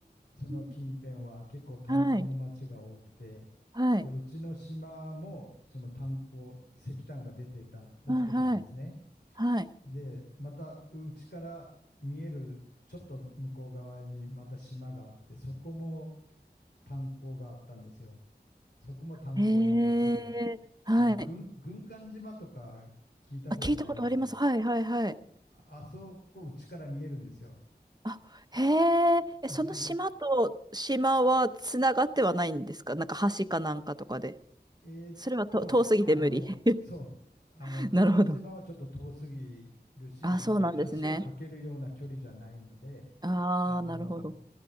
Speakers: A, on the left; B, on the right.
A: その近辺は結構炭鉱の町が多くて、
B: ん。はい。はい。
A: で、うちの島もその炭鉱、石炭が出てた、掘ってたんですね。
B: はい。はい。はい。
A: でまたうちから見えるちょっと向こう側にまた島があってそこも炭鉱があったんですよ。そこも炭鉱の町で
B: へえ。はい。
A: あの軍軍艦島とか聞いたことないですか
B: あ、聞いたことあります。はい。はい。はい。
A: ああそこうちから見えるんですよ。
B: あ、へえ。え、
A: うち
B: その島と島はつながってはないんですかなんか橋かなんかとかで。
A: えーっとあのそうあの軍艦島はちょっと遠すぎるしもう橋を架けるような距離じゃないので
B: それはと遠すぎて無理。<laughs> なるほど。あ、そうなんですね。ああ、
A: あの
B: なるほど。